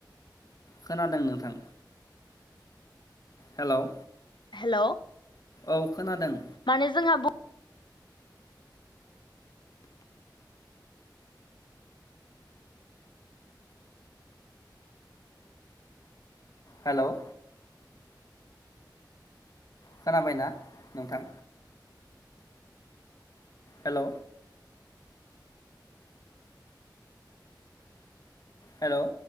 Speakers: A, on the left (about 50°); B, on the left (about 85°).
A: खोनादों नोंथां हेल'
B: हेल'
A: औ खोनादों
B: माने जोंहा बुं
A: हेल' खोनाबायना नोंथां हेल' हेल'